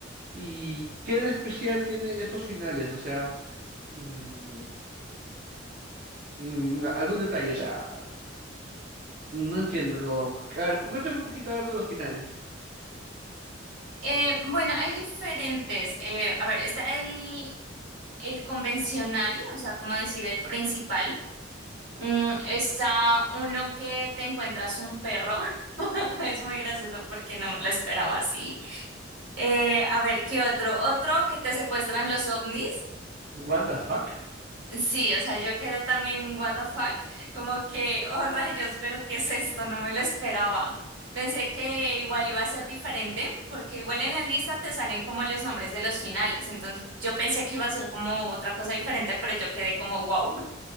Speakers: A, on the right; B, on the right.
A: ¿Y qué de especial tienen estos finales? O sea, mm, mm, algún detalle, o sea, no entiendo. como- a ver, cuéntame un poquito a ver de los finales.
B: Eh, bueno, hay diferentes. eh, a ver, está el, el convencional, o sea, como decir, el principal. Mm, está uno que te encuentras un perro. <laughs> Es muy gracioso porque no me lo esperaba así. Eh, a ver, ¿qué otro? Otro que te secuestran los ovnis.
A: What the fuck?
B: Sí, o sea, yo quedé también what the fuck, como que, oh rayos, pero ¿qué es esto? No me lo esperaba. Pensé que igual iba a ser diferente, porque igual en la lista te salen como los nombres de los finales, entonces yo pensé que iba a ser como otra cosa diferente, pero yo quedé como wow,